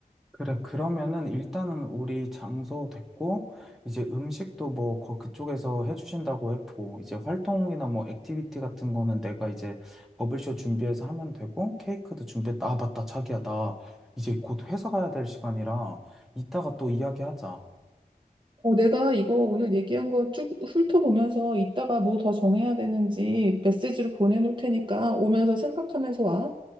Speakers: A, in the centre; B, on the right.
A: 그래, 그러면은 일단은 우리 장소 됐고, 이제 음식도 뭐 거- 그쪽에서 해주신다고 했고, 이제 활동이나 뭐 액티비티 같은 거는 내가 이제 버블쇼 준비해서 하면 되고, 케이크도 준비했다. 아, 맞다. 자기야, 나 이제 곧 회사 가야 될 시간이라 이따가 또 이야기하자.
B: 어, 내가 이거 오늘 얘기한 거 쭉 훑어보면서 이따가 뭐 더 정해야 되는지 메시지로 보내놓을 테니까 오면서 생각하면서 와.